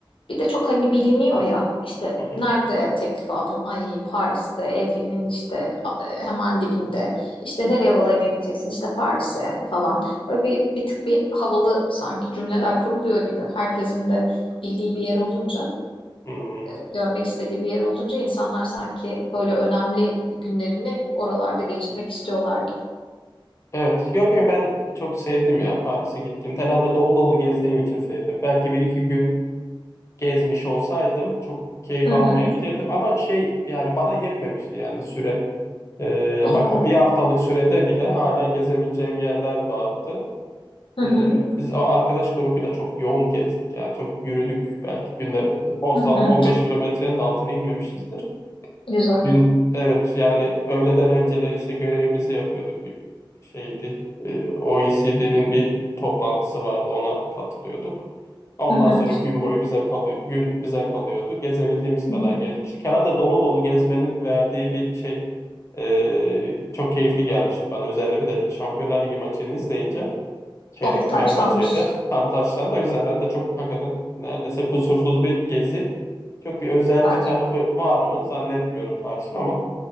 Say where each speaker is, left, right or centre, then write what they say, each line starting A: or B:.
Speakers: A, on the left (about 75°); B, on the left (about 35°).
A: Bir de çok hani biliniyor ya işte
B: Hı hı.
A: nerede teklif aldın? Ay Paris'te, Eyfel'in işte e, hemen dibinde. İşte
B: Hmm.
A: nereye balayına gideceksin? İşte Paris'e falan. Böyle bir, bir tık bir havalı sanki cümleler kuruluyor gibi. Herkesin de bildiği bir yer olunca,
B: Hmm.
A: görmek istediği bir yer olunca insanlar sanki böyle önemli günlerini oralarda geçirmek istiyorlar gibi.
B: Evet. Yok yok ben çok sevdim ya Paris'e gittiğimde. Herhalde dolu dolu gezdiğim için sevdim. Belki bir iki gün gezmiş olsaydım çok keyif
A: Hı
B: almayabilirdim
A: hı.
B: ama şey yani bana yetmemişti yani süre. Ee,
A: Oo.
B: bak o bir haftalık sürede bile hala gezebileceğim yerler vardı.
A: Hı
B: Ee,
A: hı.
B: biz o arkadaş grubuyla çok yoğun gezdik ya. Çok yürüdük belki günde ortalama
A: Hı hı.
B: 15 kilometrenin de altına inmemişizdir.
A: Güzel.
B: Gün, evet yani öğleden önceler işte görevimizi yapıyorduk. Bir şeydi e, OECD'nin bir toplantısı vardı ona katılıyorduk. Ondan
A: Hı hı.
B: sonra gün boyu bize kalıyor, gün bize kalıyordu. Gezebildiğimiz
A: Hı
B: kadar
A: hı.
B: gezmiştik. Herhalde dolu dolu gezmenin verdiği bir şey e, çok keyifli gelmişti bana. Üzerine bir de Şampiyonlar Ligi maçını izleyince. Çeyrek
A: Oh taçlanmış.
B: final maçıydı. Tam taşlandı. O yüzden ben de çok hakikaten neredeyse kusursuz bir gezi. Çok bir özel
A: Süper.
B: bir tarafı var mı zannetmiyorum Paris'in ama